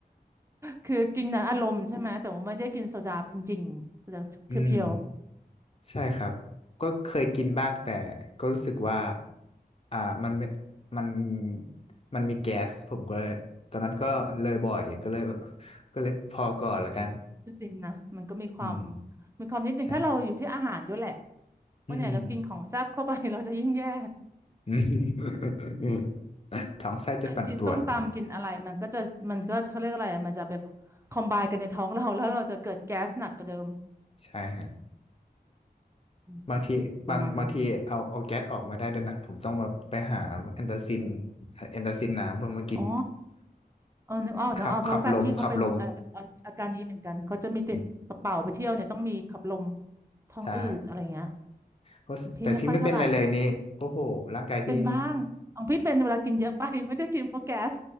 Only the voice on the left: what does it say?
อืม ใช่ครับก็เคยกินบ้างแต่ก็รู้สึกว่าอ่ามันไม่มันมันมีแก๊สผมก็เลยตอนนั้นก็เลยบ่อยก็เลยก็เลยพอก่อนละกัน
อืม
ใช่อืม
<laughs> อืม <laughs> ท้องไส้จะปั่นป่วน
ใช่ฮะ
บางทีบางบางทีเอาเอาแก๊สออกมาได้ด้วยนะผมต้องแบบไปหาแอนตาซิน
แอนตาซินน้ำเพื่อมากิน
<laughs> ขับขับลมขับลมอืม
ใช่ โอ้แต่พี่ไม่เป็นไรเลยนี้โอ้โหร่างกายพี่